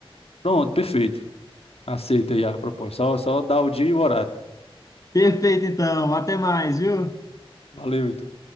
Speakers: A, on the left; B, on the left.
A: Pronto, perfeito. Aceita aí a proposta. Só, só dá o dia e o horário.
B: Perfeito, então. Até mais, viu?
A: Valeu, Heitor.